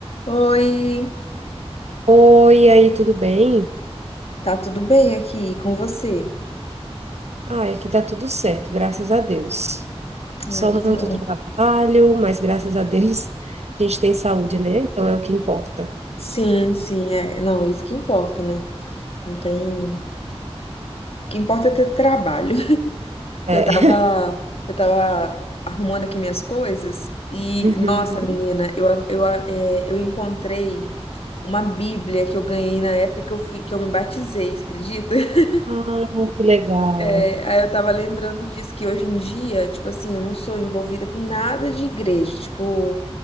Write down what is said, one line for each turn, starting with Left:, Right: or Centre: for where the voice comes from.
Left: Oi,
Right: Oi, aí, tudo bem?
Left: tá tudo bem aqui com você?
Right: Ai, aqui tá tudo certo, graças a Deus. Só
Left: Ai, que
Right: muito
Left: bom.
Right: trabalho, mas graças a Deus <laughs> a gente tem saúde, né? Então é o que importa.
Left: Sim, sim, é. Não, isso que importa, né? Não tem. O que importa é ter trabalho. <laughs>
Right: É.
Left: Eu tava,
Right: <laughs>
Left: eu tava arrumando aqui minhas coisas e,
Right: Uhum.
Left: nossa, menina, eu, eu, é, eu encontrei uma Bíblia que eu ganhei na época que eu fui, que eu me batizei, você acredita? <laughs>
Right: Ah, que legal.
Left: É, aí eu tava lembrando disso, que hoje em dia, tipo assim, eu não sou envolvida com nada de igreja, tipo,